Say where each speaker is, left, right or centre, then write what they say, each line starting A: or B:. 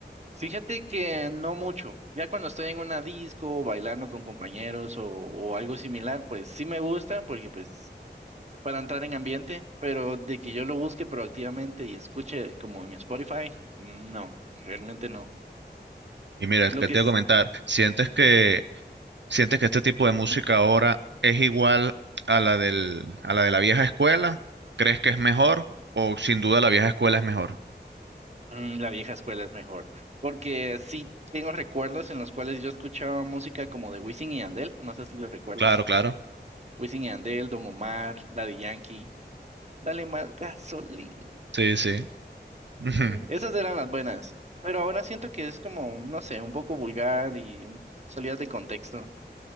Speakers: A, on the right; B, on the right.
A: Fíjate que no mucho. Ya cuando estoy en una disco, bailando con compañeros o, o algo similar, pues sí me gusta porque pues para entrar en ambiente, pero de que yo lo busque proactivamente y escuche como en Spotify, no, realmente no.
B: Y mira,
A: Lo
B: que
A: que
B: te
A: es,
B: voy a comentar, ¿sientes
A: ujú,
B: que ¿Sientes que este tipo de música ahora es igual a la del, a la de la vieja escuela? ¿Crees que es mejor? ¿O sin duda la vieja escuela es mejor?
A: mm, la vieja escuela es mejor, porque sí tengo recuerdos en los cuales yo escuchaba música como de Wisin y Andel, no sé si lo recuerdas.
B: Claro, claro.
A: Wisin y Andel, Don Omar, Daddy Yankee, Dale más gasolina.
B: Sí, sí. <laughs>
A: Esas eran las buenas, pero ahora siento que es como, no sé, un poco vulgar y salidas de contexto.